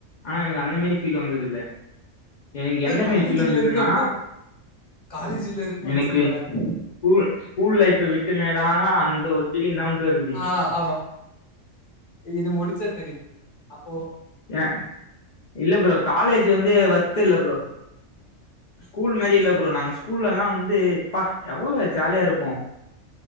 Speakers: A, on the left; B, on the left.
A: ஆனா எனக்கு அந்த மாரி ஃபீல் வந்ததில்ல. எனக்கு
B: அது
A: எந்த மாரி
B: காலேஜ்ல
A: ஃபீல் வந்ததுனா
B: இருக்கப்போ காலேஜ்ல இருக்கப்போ
A: எனக்கு
B: அந்த ஃபீல் வராது.
A: ஸ்கூல் ஸ்கூல் லைஃப் விட்டு மேதா அந்த ஒரு ஃபீலிங் நாம்பரு
B: ஆ ஆமா இது முடிச்சா தெரியு அப்போ
A: ஏன் இல்ல ப்ரோ காலேஜ் வந்து வொர்த்தில்ல ப்ரோ ஸ்கூல் மாரி இல்ல ப்ரோ நாங்க ஸ்கூல்ல எல்லா வந்து ப்பா எவ்ளோ ஜாலியா இருப்போ